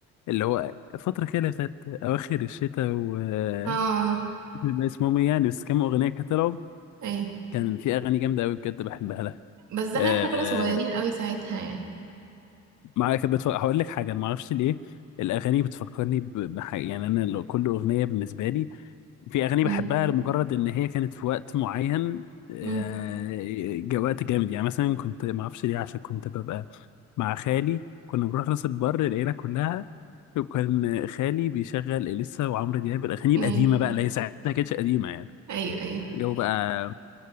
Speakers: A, on the left; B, on the right.
A: اللي هو فترة كده اللي بتاعت أواخر الشتاء و
B: اه
A: <laughs> بيبقى اسمهم إيه يعني بس كام أغنية كده طلعوا
B: أي
A: كان في أغاني جامدة أوي بجد بحبها لها
B: بس ده
A: آه
B: احنا كنا صغيرين قوي ساعتها يعني
A: معايا كانت بتف... هقول لك حاجة أنا معرفش ليه الأغاني بتفكرني ب- بحاجة يعني أنا لو كل أغنية بالنسبة لي في اغاني
B: مم.
A: بحبها لمجرد ان هي كانت في وقت معين آه،
B: مم.
A: جا- وقت جامد يعني مثلا كنت ما اعرفش ليه عشان كنت ببقى مع خالي كنا بنروح راس البر العيله كلها وكان خالي بيشغل اليسا وعمرو دياب الاغاني
B: أي
A: القديمه بقى اللي هي ساعتها ما كانتش قديمه يعني
B: أيوه أيوه
A: جو بقى